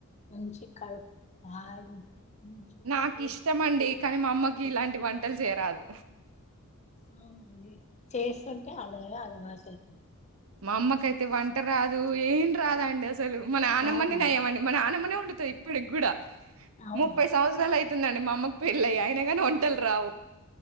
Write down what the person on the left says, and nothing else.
మంచి కడుపు హాయిగా మంచిగా
స్వీట్
అవునా అండి చేస్తుంటే అదే అలవాటైతది.
అవునా
అవునా